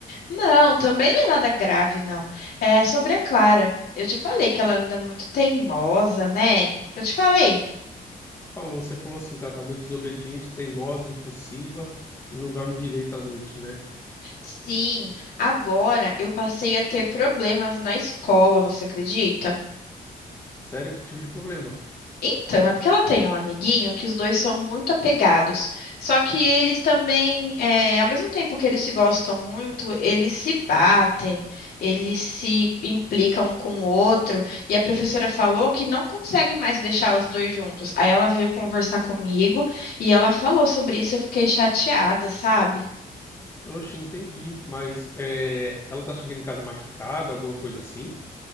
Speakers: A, on the left; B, on the left.
A: Não, também não é nada grave, não. É sobre a Clara. Eu te falei que ela anda muito teimosa, né? Eu te falei.
B: Falou, você falou assim que ela tá muito desobediente, teimosa, impulsiva e não dorme direito à noite, né?
A: Sim, agora eu passei a ter problemas na escola, você acredita?
B: Sério, que tipo de problema?
A: Então, é porque ela tem um amiguinho que os dois são muito apegados. Só que eles também, é, ao mesmo tempo que eles se gostam muito, eles se batem, eles se implicam um com o outro. E a professora falou que não consegue mais deixar os dois juntos. Aí ela veio conversar comigo e ela falou sobre isso. e Eu fiquei chateada, sabe?
B: Oxe, entendi. Mas é, ela tá chegando em casa machucada, alguma coisa assim?